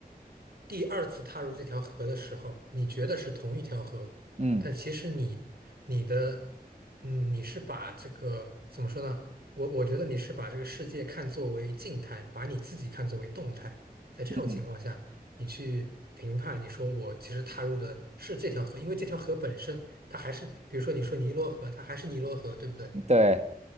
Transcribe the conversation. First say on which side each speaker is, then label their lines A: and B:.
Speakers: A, on the right; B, on the right.
A: 第二次踏入这条河的时候，你觉得是同一条河，
B: 嗯
A: 但其实你你的嗯，你是把这个怎么说呢？我我觉得你是把这个世界看作为静态，把你自己看作为动态。在这种情况下，
B: 嗯
A: 你去评判，你说我其实踏入的是这条河，因为这条河本身它还是，比如说你说尼罗河，它还是尼罗河，对不对？
B: 嗯对，